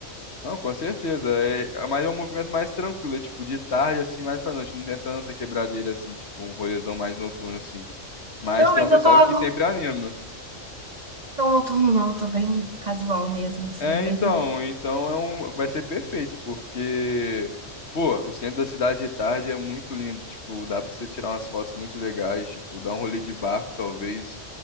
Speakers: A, on the left; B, on the right.
A: Não, com certeza. É, é- mas é um movimento mais tranquilo, é tipo de tarde, assim, mais pra noite. Não tem tanta quebradeira assim, tipo, um rolezão mais noturno, assim. Mas
B: Não,
A: tem
B: mas
A: um pessoal
B: eu tô,
A: que
B: não
A: sempre anima.
B: Não, noturno não, eu tô bem casual mesmo, assim,
A: É,
B: bem
A: então,
B: tranquilo.
A: então é um, vai ser perfeito, porque, pô, o centro da cidade de tarde é muito lindo, tipo, dá pra você tirar umas fotos muito legais, tipo, dar um rolê de barco, talvez,